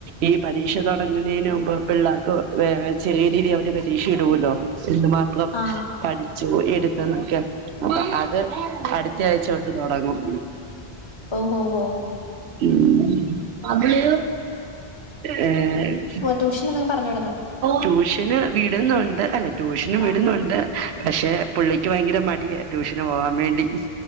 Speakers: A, on the right (about 85°); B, on the left (about 30°).
A: ഈ പരീക്ഷ തെ തൊടങ്ങ് ന്നേ ന് മുമ്പ് പിള്ളേക്ക് വെ ചെറിയ രീതി അവര് പരീക്ഷ ഇടുല്ലോ എന്ത് മാ ത്രം
B: ആഹ്
A: പഠിച്ചു എടുത്തൊന്നെക്കെ അപ്പം അത് അട് ത്ത ആഴിച്ച തൊട്ട് തുടങ്ങും
B: ഓഹോഓ
A: ഉം അതില് ഏ ഹ്
B: ടൂഷന് ന്നങ്കി പറഞ്ഞ്
A: ട്യൂഷന് വിടുന്നുണ്ട് അല്ല ട്യൂഷനും
B: ആഹ്
A: വിടുന്നുണ്ട് പക്ഷെ പുള്ളിക്ക് ഭയങ്കര മടിയ ട്യൂഷന് പോവാൻ വേണ്ടി